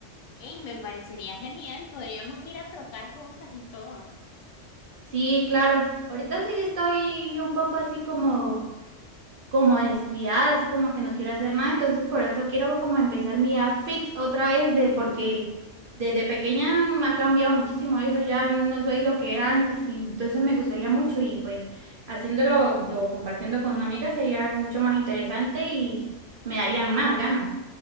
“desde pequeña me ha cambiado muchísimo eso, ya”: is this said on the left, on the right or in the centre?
Right